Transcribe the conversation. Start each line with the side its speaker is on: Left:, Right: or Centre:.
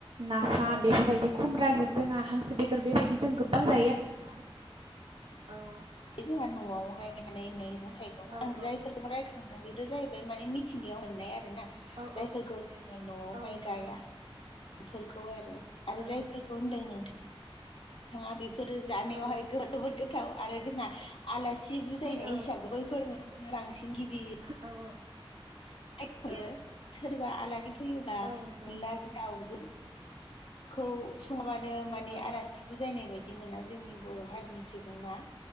Right: नाफाम
Left: नंगौ नंगौ
Right: बेफोरबायदि खुमब्राजों जोंहा हांसो बेदर बेबायदि जों गोबां जायो आरो। दां औ
Left: बे जोंहा न'आवहाय
Right: औ
Left: गायनायनाय मैगं-थाइगं
Right: औ
Left: आं जायफोरखौ खांदों बेफोर जाहैबाय माने मिथिंगायाव मोननाय आरो ना।
Right: औ
Left: जायफोरखौ जोङो न'आवहाय
Right: औ नंगौ
Left: गाया बेफोरखौ आरो आरो
Right: औ
Left: जायफोरखौ होनदों नोंथां नोंथाङा बेफोरो जानायावहाय
Right: औ
Left: जबोद गोथाव आरो जोंहा आलासि बुजायनाय
Right: नंगौ
Left: हिसाबै बै फोरङो बांसिन गिबि
Right: औ औ
Left: सायखयो
Right: औ
Left: सोरबा आलासि फैयोबा
Right: औ नंगौ
Left: अनलाजों दाउजों खौ सङाबानो
Right: नंगौ
Left: माने आलासि बुजायनाय बायदि मोना जोंनि बर' हारिनि सुबुङा